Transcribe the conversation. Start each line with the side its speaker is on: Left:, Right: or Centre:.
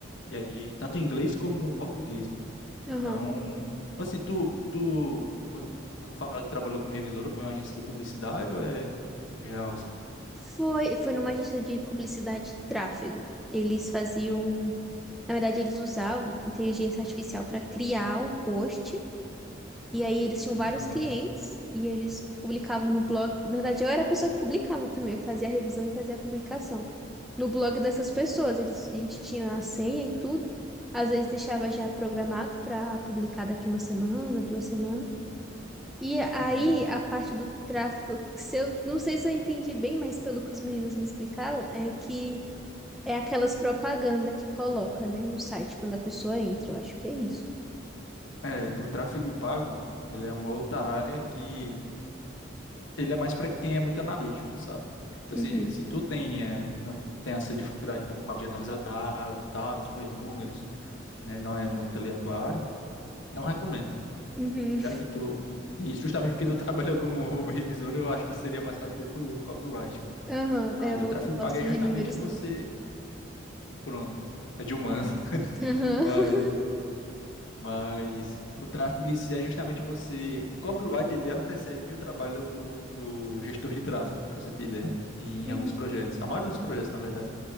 Left: E aí tanto em inglês como em português. né? Então,
Centre: Aham.
Left: assim, tu, tu quando tu fala que trabalhou como revisora, foi em uma agência de publicidade ou é geral, assim?
Centre: Foi, foi numa agência de publicidade e tráfego. Eles faziam, na verdade, eles usavam inteligência artificial para criar o post E aí eles tinham vários
Left: Aham,
Centre: clientes e eles publicavam no blog. Na verdade, eu era a pessoa que publicava também, eu fazia a revisão e fazia a publicação. No blog dessas pessoas, eles, a gente tinha a senha e tudo. Às vezes deixava já programado para publicar daqui uma semana, duas semanas. E aí
Left: uhum.
Centre: a parte do tráfego, que se eu não sei se eu entendi bem, mas pelo que os meninos me explicaram, é que é aquelas propaganda que coloca, né, no site quando a pessoa entra. Eu acho que é isso.
Left: É, o tráfego pago, ele é uma outra área que ele é mais para quem é muito analítico, sabe? Então,
Centre: Uhum.
Left: se, se tu tem, é, não tem essa dificuldade um pouco mais de analisar da- dados, ver números, né? Não é muito ali a tua área, não recomendo.
Centre: Uhum.
Left: Já que tu, e justamente porque tu <laughs> trabalha como, como revisor, eu acho que seria mais fácil tu ir pro copywriting. né?
Centre: Aham,
Left: Mas
Centre: é, eu
Left: o tráfego
Centre: não gosto
Left: pago é justamente
Centre: de números,
Left: você,
Centre: não.
Left: pronto, é de humano. <laughs>
Centre: Aham.
Left: Mas o tráfego em si é justamente você. O copyright ele antecede o trabalho do, do gestor de tráfego, para você ter ideia, em
Centre: Uhum.
Left: alguns projetos. A maioria dos projetos, na verdade.